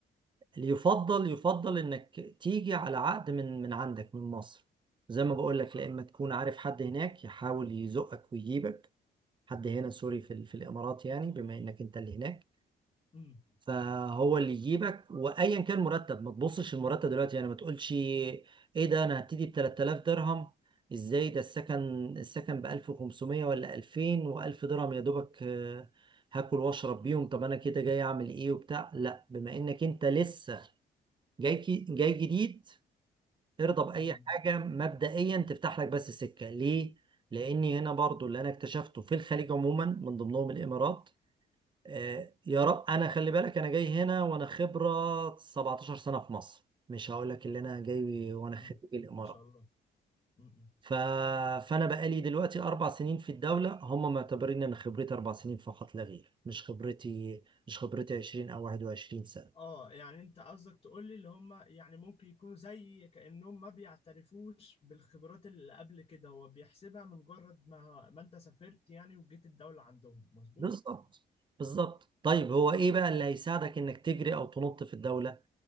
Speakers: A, on the right; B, on the left.
A: اللي يفضل يفضل انك تيجي على عقد من من عندك من مصر زي ما بقول لك لا اما تكون عارف حد هناك يحاول يزقك ويجيبك حد هنا سوري في ال- في الامارات يعني بما انك انت اللي هناك
B: امم
A: فهو اللي يجيبك وايا كان مرتب ما تبصش المرتب دلوقتي يعني ما تقولش ايه ده انا هبتدي ب 3000 درهم ازاي ده السكن السكن ب 1500 ولا 2000 و1000 درهم يا دوبك آه، هاكل واشرب بيهم طب انا كده جاي اعمل ايه وبتاع لا بما انك انت لسه جاي كي- جاي جديد ارضى بأي
B: امم
A: حاجة مبدئيا تفتح لك بس سكة ليه؟ لأني هنا برضو اللي أنا اكتشفته في الخليج عموما من ضمنهم الإمارات آه يا رب أنا خلي بالك أنا جاي هنا وأنا خبرة 17 سنة في مصر مش هقول لك اللي أنا جاي وأنا
B: امم
A: خريج الإمارات
B: ما شاء الله امم
A: ف... فأنا بقالي دلوقتي أربع سنين في الدولة هم معتبرين إن خبرتي أربع سنين فقط لا غير مش خبرتي مش خبرتي 20 أو 21 سنة
B: اه يعني انت قصدك تقول لي اللي هم يعني ممكن يكونوا زي كأنهم ما بيعترفوش بالخبرات اللي قبل كده هو بيحسبها من مجرد ما ما انت سافرت يعني وجيت الدولة عندهم مظبوط؟
A: بالظبط بالظبط طيب هو ايه بقى اللي هيساعدك انك تجري او تنط في الدولة